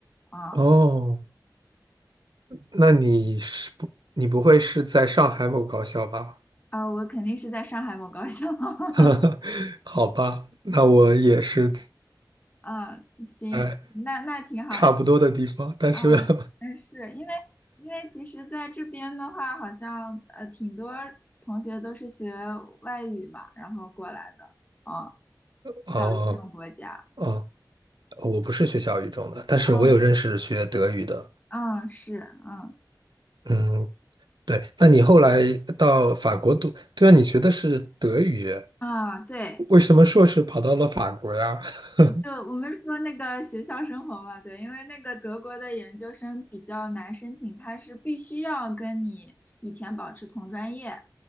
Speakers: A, on the left; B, on the right.
A: 啊
B: 哦，那你是不你不会是在上海某高校吧？
A: 啊，我肯定是在上海某高校。<laughs>
B: <laughs> 好吧，那我也是
A: 嗯，行，
B: 在
A: 那那挺好。
B: 差不多的地方，但是
A: 啊，
B: <laughs>
A: 嗯，是因为因为其实在这边的话，好像呃挺多同学都是学外语嘛，然后过来的，啊，
B: 哦
A: 小语种国家，
B: 哦，我不是学小语种的，但是我有认识学德语的。
A: 哦，嗯，是，嗯，
B: 嗯，对，那你后来到法国读，对啊，你学的是德语。
A: 啊，对，
B: 为什么硕士跑到了法国呀？<laughs>
A: 就我们说那个学校生活嘛，对，因为那个德国的研究生比较难申请，他是必须要跟你以前保持同专业，